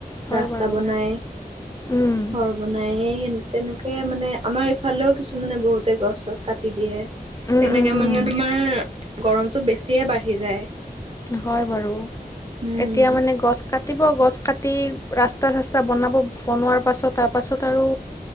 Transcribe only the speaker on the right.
ৰাস্তা
বনাই
ঘৰ বনাই হে সেই তেনেকে মানে আমাৰ ইফালেও কিছুমানে বহুতে গছ-চছ কাটি দিয়ে।
তেনেকে
মানে
তোমাৰ গৰমটো বেছিয়ে বাঢ়ি যায়।
উম